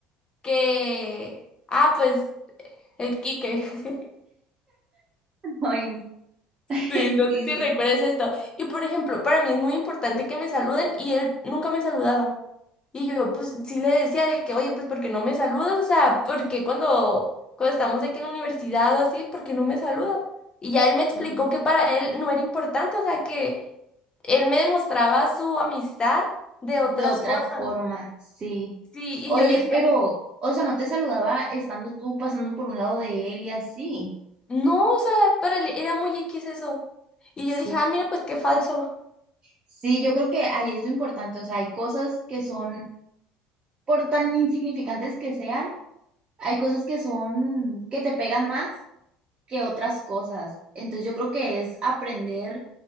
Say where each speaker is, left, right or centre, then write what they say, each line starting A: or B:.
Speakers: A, on the left (about 25°); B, on the right (about 30°).
A: que, ah, pues, el Quique. <laughs>
B: <laughs> Ay, <laughs>
A: Sí, no sé
B: sí,
A: si
B: sí,
A: recuerdas esto. Y por ejemplo, para mí es muy importante que me saluden y él nunca me saludaba. Y yo, pues sí le decía de que, oye, pues porque no me saludas, o sea, porque cuando, cuando estamos de que en la universidad o así, porque no me saluda? Y ya él me explicó
B: sí,
A: que para él no era importante, o sea, que él me demostraba su amistad de otras
B: de otra
A: formas.
B: forma, sí.
A: Sí,
B: Oye,
A: y yo dije,
B: pero, o sea, no te saludaba estando tú pasando por un lado de él y así.
A: no, o sea, para él era muy X eso. Y
B: Sí,
A: yo dije, ah, mira, pues qué falso.
B: sí, yo creo que ahí es lo importante, o sea, hay cosas que son, por tan insignificantes que sean, hay cosas que son, que te pegan más que otras cosas. Entonces yo creo que es aprender,